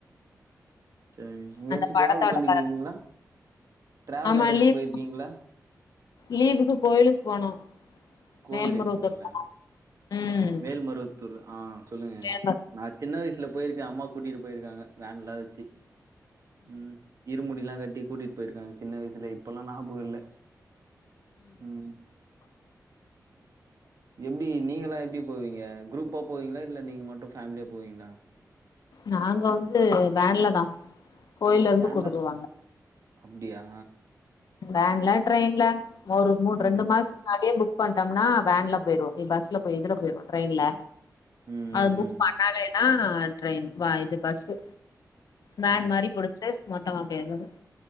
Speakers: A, on the right; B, on the left.
A: <unintelligible> எங்கயாச்சு
B: அந்த படத்தோட
A: டிராவல் பண்ணிருக்கீங்களா
B: கத
A: டிராவல்
B: ஆமா
A: ஏதாச்சு
B: லீவ்
A: போயிருக்கீங்களா
B: லீவுக்கு கோயிலுக்கு போனோ
A: கோவிலுக்கு
B: மேல்மருவத்தூர்
A: போனீங்களா
B: போனோ ம்
A: மேல்மருவத்தூர் ஆ சொல்லுங்க
B: மேல்மரு
A: நான் சின்ன வயசுல போயிருக்க அம்மா கூட்டிட்டு போயிருக்காங்க வேன்ல்ல வச்சு ம் இருமுடிலா கட்டி கூட்டிட்டு போயிருக்காங்க சின்ன வயசுல இப்பல்லா ஞாபக இல்ல ம் எப்டி நீங்களல்லா எப்டி போவீங்க குரூப்பா போவீங்களா இல்ல நீங்க மட்டு ஃபேமிலியா போவீங்களா
B: நாங்க வந்து வேன்ல தா கோயிலருந்து
A: வேன்ல
B: கூட்டு போவாங்க
A: அப்டியா
B: வேன்ல ட்ரெயின்ல ஒரு மூணு
A: ம்
B: ரெண்டு மாச முன்னாடியே புக் பண்ட்டம்னா வேன்ல போயிரு பஸ்ல போய் இதுல போயிருவோ ட்ரெயின்ல
A: ம் ம்
B: அது புக் பண்ணாலேன்னா ட்ரெயின் வா இது பஸ்சு வேன்
A: ம் ம்
B: மாரி புடிச்சு மொத்தமா போயிறது